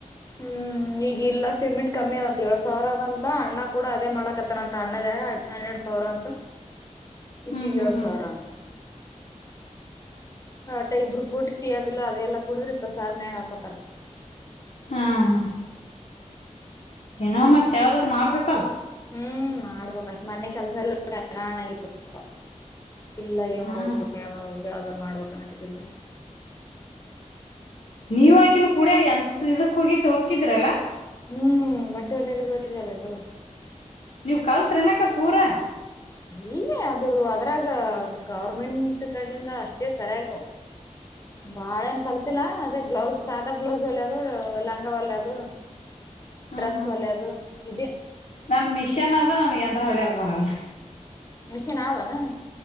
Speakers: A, on the left; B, on the left.
A: ಹ್ಮ್ ಈಗ ಇಲ್ಲ ಪೇಮೆಂಟ್ ಕಮ್ಮಿ ಅದಂತ ಏಳ ಸಾವಿರ ಅದಂತ ಅಣ್ಣ ಕೂಡ ಅದೇ ಮಾಡಕತ್ತನಂತ ಅಣ್ಣಗ ಹದ್ ಹನ್ನೆರಡ್ ಸಾವಿರ ಅಂತ ಈಕೆಗೆ
B: ಹ್ಮ್ ಹ್ಮ್
A: ಏಳ
B: ಹ್ಮ್
A: ಸವಾರ ಅಂತ ಆಟ ಇಬ್ಬರು ಕುಡಿ ಟಿಬಿಲ್ ಅದೆಲ್ಲಾ ಕುಡ್ರಿ ಇಪ್ಪ ಸಾರ್ ಮ್ಯಾಗ ಹಾಕೋತಾರ
B: ಹಾ ಹ ಏನೋ ಮತ್ತ ಯಾವ್ದಾರ ಮಾಡ್ಬೇಕಲ್
A: ಹ್ಮ್ ಮಾಡ್ಬಕ ಮೊನೆೆ ಕೆಲ್ಸ ಎಲ್ಲ ಹರಾಣ ಆಗಿತ್ತುಪ ಇಲ್ಲ ಏನ್
B: ಹ್ಮ್
A: ಮಾಡಬೇಕಾ ಏನ್ ಮಾಡಬೇಕಾ ಯಾವದನ ಮಾಡ್ಬೇಕನ <unintelligible>
B: ನೀವಾಕಿನ ಕುೂಡಿಯ ಎಂತ ಇದಕ್ ಹೋಗಿದ್ದು ಹಕ್ಕಿದ್ರಲ್ಲಾ
A: ಹ್ಮ್ ಬಟ್ಟೆ ಹೋಲಿಯಲ್ಲಿ <unintelligible> ಇಬ್ರು
B: ಕಲ್ತ್ರಿನಕ್ಕ ಪೂರ
A: ಇಲ್ಲ ಅದು ಅದ್ರಾಗ ಗವರ್ಮೆಂಟ್ ಕಡ್ಲಿಂದ ಅಷ್ಟೇ ಸರಿಯು ಬಾಳ ಏನ್ ಕಲ್ತಿಲ್ಲ ಅದೇ ಬ್ಲೌಸ್ ಸಾದಾ ಬ್ಲೌಸ್ ಒಲ್ಯದು ಲಂಗ ಒಲ್ಯದು
B: ಹ್ಮ್
A: ಡ್ರೆಸ್
B: ಹ್ಮ್
A: ಒಲ್ಯದು ಇದೆ
B: ನನ್ ಮಿಷನ್ ಆದ <unintelligible> ಹೊಲಿಯಕ್ಕ ಬರಲ್ಲ
A: ಮಷೀನ್ ಆವನಾ